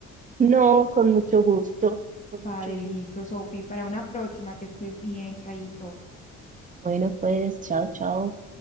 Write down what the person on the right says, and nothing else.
No, con mucho gusto, con
mucho
gusto.
Bueno, pues, chao, chao.